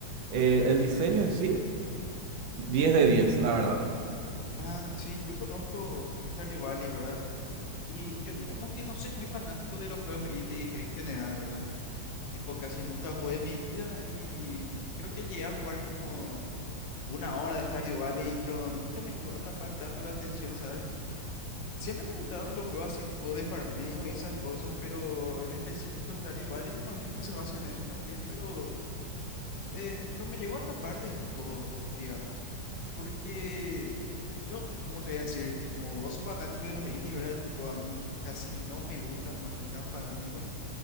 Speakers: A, on the right; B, on the left.
A: Eh, el diseño en sí, 10 de diez, la verdad.
B: Ah, sí, yo conozco Stardew Valley, ¿verdad? Y yo digamos que no soy muy fanático de los juegos indies en general, ¿verdad? Tipo, casi nunca jugué en mi vida y creo que llegué a jugar como una hora de Stardew Valley, pero nunca me llegó a atrapar tanto la atención, ¿sabes? Siempre me gustaron los juegos así tipo de farmeo y esas cosas, pero en específico Stardew Valley me imagino que se basa en eso también, pero eh, no me llegó a atrapar del todo, digamos. Porque yo, como te voy a decir? Como vos sos fanático de los indies, ¿verdad? Tipo, a mí casi no me gustan, no soy tan fanático,